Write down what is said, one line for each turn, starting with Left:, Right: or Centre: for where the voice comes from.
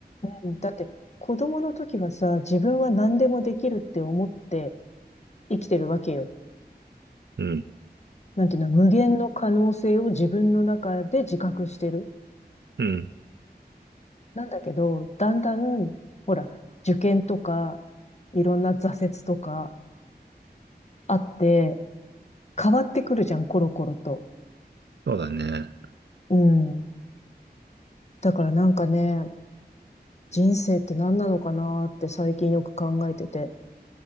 Left: うんだって子供の時はさ、自分は何でもできるって思って生きてるわけよ。
Right: うん。
Left: なんていうの、無限の可能性を自分の中で自覚してる。
Right: うん。
Left: なんだけど、だんだん、ほら、受験とか、いろんな挫折とかあって、変わってくるじゃん、コロコロと。
Right: そうだね。
Left: うん。だからなんかね、人生って何なのかなって最近よく考えてて。